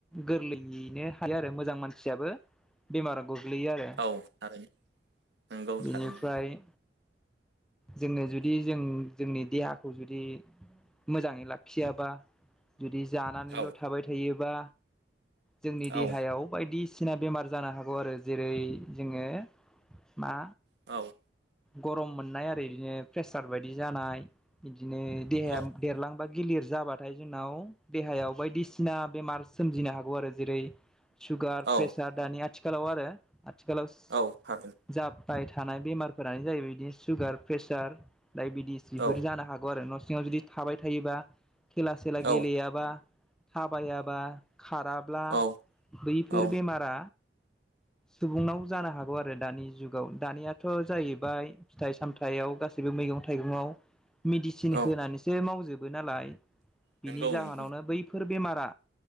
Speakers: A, in the centre; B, on the right.
A: गोरलैयैनो हायो आरो मोजां मानसियाबो बेमारा गोग्लैयो आरो
B: औ थारैनो नंगौ
A: बेनिफ्राय
B: थारैनो
A: जोंनो जुदि जों जोंनि देहाखौ जुदि मोजाङै लाखियाबा जुदि जानानैल'
B: औ
A: थाबाय थायोबा जोंनि
B: औ
A: देहायाव बायदिना सिना बेमार जानो हागौ आरो जेरै जोङो मा
B: औ।
A: गरम मोननाय आरो बिदिनो प्रेसार बायदि जानाय बिदिनो देहाया
B: औ
A: देरलांबा गिलिर जाबा नाथाय जोंनाव देहायाव बायदिसिना बेमार सोमजिनो हागौ आरो जेरै सुगार
B: औ
A: प्रेसार दानि आथिखालाव आरो आथिखालाव
B: औ हागोन।
A: जाब्बाय थानाय बेमारफोरानो जाहैबाय बिदिनो सुगार प्रेसार डाइबिटिस बेफोर
B: औ
A: जानो हागौ आरो न' सिङाव जुदि थाबाय थायोबा खेला सेला
B: औ
A: गेलेयाबा थाबायाबा खाराब्ला
B: औ
A: बैफोर
B: औ
A: बेमारा सुबुंनाव जानो हागौ आरो दानि जुग दानियाथ' जाहैबाय फिथाइ सामथायाइयाव गासैबो मैगं थाइगंआव मेडिसिन
B: औ
A: होनानैसो मावजोबो नालाय
B: नंगौ
A: बिनि जाहोनावनो
B: नोंथां
A: बै बेफोर बेमारा